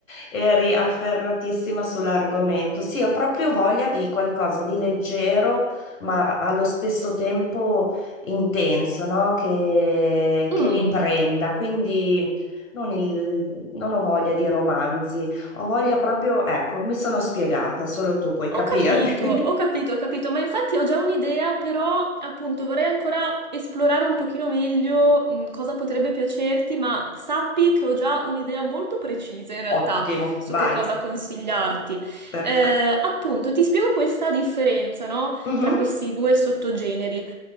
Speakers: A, on the left; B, on the right.
A: eri afferratissima sull'argomento. Sì, ho proprio voglia di qualcosa di leggero, ma allo stesso tempo intenso, no? Che,
B: Mm.
A: che mi prenda. Quindi non, il- non ho voglia di romanzi, ho voglia proprio, ecco, mi sono spiegata, solo tu puoi
B: Ho
A: capirmi.
B: capito, ho capito, ho capito, ma infatti ho già un'idea, però appunto vorrei ancora esplorare un pochino meglio mh, cosa potrebbe piacerti, ma sappi che ho già un'idea molto precisa in realtà
A: <laughs> Ottimo,
B: su
A: vai,
B: che cosa consigliarti.
A: perfetto.
B: Eh, appunto, ti spiego questa differenza, no?
A: Mhm,
B: Tra questi due sottogeneri.